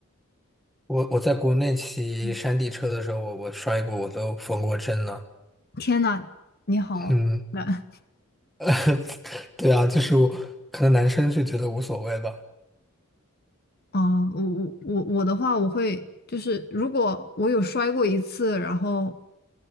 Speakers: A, in the centre; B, on the left.
A: 我我在国内骑山地车的时候，
B: 嗯，
A: 我我摔过，我都缝过针了。
B: 天呐，你好难
A: 嗯，<laughs> 对啊，就是我可能男生就觉得无所谓吧。
B: 哦！我我我我的话，我会就是如果我有摔过一次，然后